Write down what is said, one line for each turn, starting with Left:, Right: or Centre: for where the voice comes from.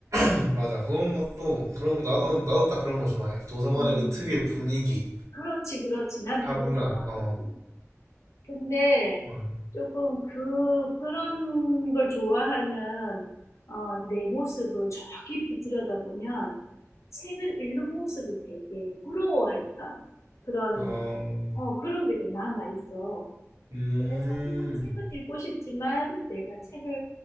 Right: <clears throat> 맞아. 그런 것도, 그런, 나도,
Left: 음,
Right: 나도 딱 그런 걸 좋아해. 도서관의
Left: 음,
Right: 그 특유의 분위기,
Left: 그렇지, 그렇지. 난
Right: 차분한,
Left: 그걸 좋아하거든.
Right: 어,
Left: 근데
Right: 막,
Left: 조금 그, 그런 걸 좋아하면, 어, 내 모습을 저 깊이 들여다보면 책을 읽는 모습이 되게 부러워했던 그런,
Right: 어,
Left: 어, 그런 게 좀 남아있어.
Right: 음,
Left: 그래서 항상 책을 읽고 싶지만 내가 책을